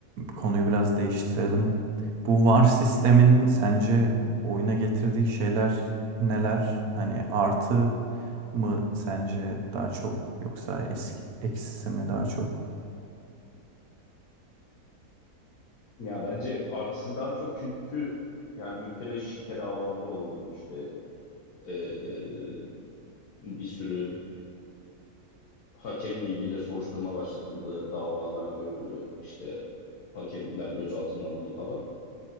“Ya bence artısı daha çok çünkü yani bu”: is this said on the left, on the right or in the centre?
Left